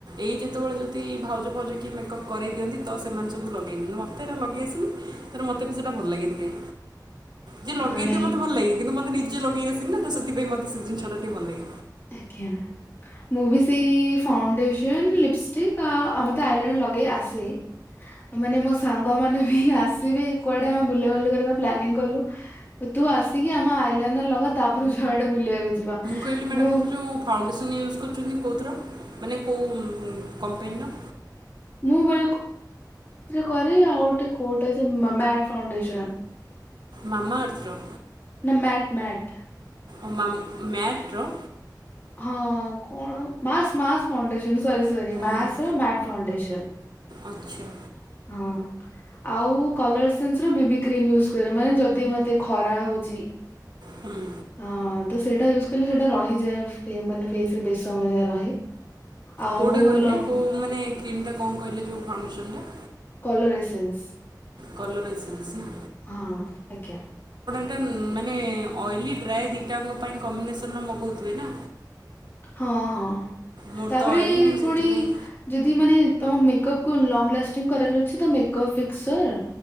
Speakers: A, on the right; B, on the left.
A: ଏଇ ଯେତେବେଳେ ଯଦି ଭାଉଜ ଫାଉଜ କି ମେକଅପ୍ କରାଇଦିଅନ୍ତି ତ ସେମାନେ ସବୁ ଲଗେଇନି ମତେ ଏଟ ଲଗେଇ ଆସିଲନି ମୋତେ ବି ସେଇଟା ଭଲ ଲାଗେନି କାହିଁ ଯେ ଲଗେଇଦି
B: ହଁ ନାଇଁ
A: ମତେ ଭଲ ଲାଗେ କିନ୍ତୁ ମତେ ନି କି ଲୋକେଇ ଆସି ନା ତ ସେଥିପାଇ ମତେ ସେ ଜିନିଷ ଟିକେ ଭଲାଗି
B: ଆଜ୍ଞା ମୁଁ ବି ସେଇ ଫାଉଣ୍ଡେସନ ଲିପଷ୍ଟିକ ଆ ଆମତେ ଆଇଲନ ଲଗେଇ ଆସେ ମାନେ ମୋ ସାଙ୍ଗ ମାନେ ବି ଆସିବେ କୁଆଡେ ଆମେ ବୁଲା ବୁଲି କରିବା ପ୍ଲାନିଂ କଲୁ ତୁ ଆସିକି ଆମ ଆଇଲନ ଲଗା ତାପରେ ଯୁଆଡେ ବୁଲିବାକୁ ଯିବା
A: କହିଲି ମ୍ୟାଡ଼ାମ୍
B: ମୁଁ
A: ଆପଣ ମୁଁ ଫାଉଣ୍ଡେସନ୍ ୟୁଜ୍ କରୁଛନ୍ତି କେଉଁଥିର ମାନେ କେଉଁ କମ୍ପାନୀର
B: ମୁଁ କରେ ଆଉ ଗୋଟୋଉଟ
A: ମାମା ଅର୍ଥ ର
B: ନା ମ୍ୟାଟ୍ ମ୍ୟାଟ୍
A: ଓମ ମା ମ୍ୟାଟ୍ ର
B: ହଁ କଣ ମାସ ମାସ ଫାଉଣ୍ଡେସନ ସେ ବିଷୟରେ ମାସ୍
A: ଓହୋ
B: ମାସ୍ ଫାଉଣ୍ଡେସନ
A: ଆଚ୍ଛା
B: ହଁ ଆଉ କଲର ସେନ୍ସ ର ବେବି କ୍ରିମ ୟୁଜ କରେ ମାନେ ଯଦି ମତେ ଖରା ହଉଛି।
A: ହୁଁ
B: ହଁ ତ ସେଇଟା ୟୁଜ କଲେ ସେଇଟା ରହିଯାଏ ମାନେ ଫେସରେ ବେଶି ସମୟ ଯାଏ ରହେ। ଆଉ
A: କୋଉଟା କହିଲେ
B: ଲ
A: କୋଉ ମାନେ କ୍ରିମ ଟା କଣ କହିଲେ ଯୋଉ ଫାଉଣ୍ଡେସନ୍ ଟା।
B: Colour essence.
A: Colour essence. ନା
B: ହଁ ଆଜ୍ଞା।
A: ଉଁ ମାନେ ଅଏଲି ଡ୍ରାଏ ଦିଇଟାଙ୍କ ପାଇଁ କମ୍ବିନେସନ ର ମଗଉଥିବେ ନା।
B: ହଁ ହଁ।
A: ମୋର
B: ତାପରେ
A: ତ ଅଏଲି ମୁଁ
B: ପୁଣି
A: ସେଥିପାଇଁ
B: ଯଦି ମାନେ ତମ ମେକଅପ କୁ ଲଙ୍ଗ ଲାଷ୍ଟିଙ୍ଗ କରାର ଅଛି ତ ମେକପ୍ ଫିକ୍ସର